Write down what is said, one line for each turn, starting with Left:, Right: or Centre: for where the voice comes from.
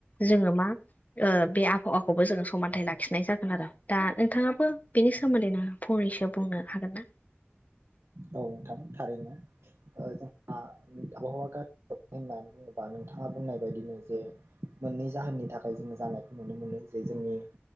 Left: जोंङो मा ओ बे आबहा खौबो जोंङो समानथाइ लाखिनाय जागोन आरो दा नोंथांङाबो बेनि सोमोन्दैनो फंनैसो बुंनो हागोन ना?
Right: औ नोंथां थारैनो ओ जोंहा आबहावा गाज्रि होननानै बुंङोबा नोंथांङा बुंनाय बायदिनो जे। मोननै जाहोननि थाखाय जोंङो जानायखौ नुनो मोनो जे जोंनि